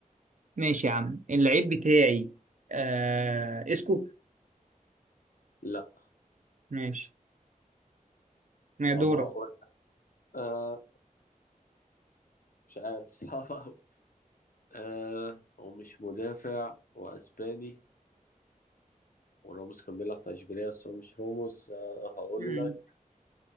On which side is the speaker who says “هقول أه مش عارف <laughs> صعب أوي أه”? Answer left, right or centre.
Left